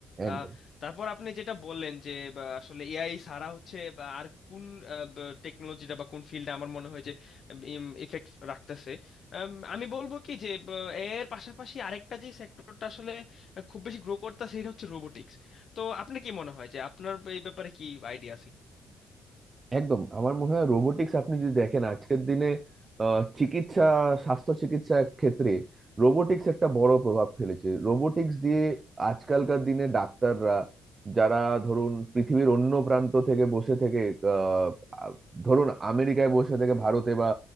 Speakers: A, on the right (about 30°); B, on the left (about 55°).
A: একদম
B: আহ, তারপর আপনি যেটা বললেন যে বা, আসলে এআই ছাড়া হচ্ছে বা আর কোন টেকনোলজিটা বা কোন ফিল্ডে আমার মনে হয় যে ইফেক্ট রাখতেছে আম, আমি বলবো কি যে ব- এর পাশাপাশি আরেকটা যে সেক্টরটা আসলে খুব বেশি গ্রো করতেছে সেটা হচ্ছে রোবোটিক্স তো আপনার কি মনে হয় যে আপনার এই ব্যাপারে কি আইডিয়া আছে
A: একদম আমার মনে হয় রোবোটিক্স আপনি যদি দেখেন আজকের দিনে আহ, চিকিৎসা স্বাস্থ্য চিকিৎসা ক্ষেত্রে রোবোটিক্স একটা বড় প্রভাব ফেলেছে রোবোটিক্স দিয়ে আজকালকার দিনে ডাক্তাররা যারা ধরুন পৃথিবীর অন্য প্রান্ত থেকে বসে থেকে আহ, আ- ধরুন আমেরিকায় বসে থেকে ভারতে বা